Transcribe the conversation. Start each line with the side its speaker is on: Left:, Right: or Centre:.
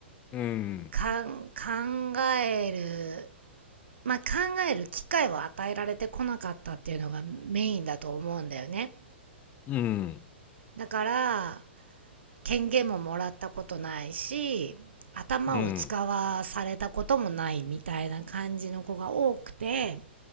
Left: うん、
Right: かん、考えるまあ、考える機会を与えられてこなかったっていうのがメインだと思うんだよね。
Left: うん、
Right: だから、権限ももらったことないし、頭を使わされたこともないみたいな感じの子が多くて、
Left: うん、